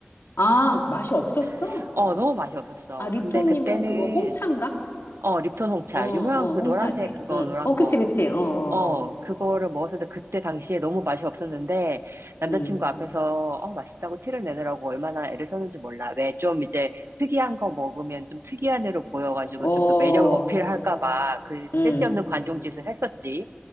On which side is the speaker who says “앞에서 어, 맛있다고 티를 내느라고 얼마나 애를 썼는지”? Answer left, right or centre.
Right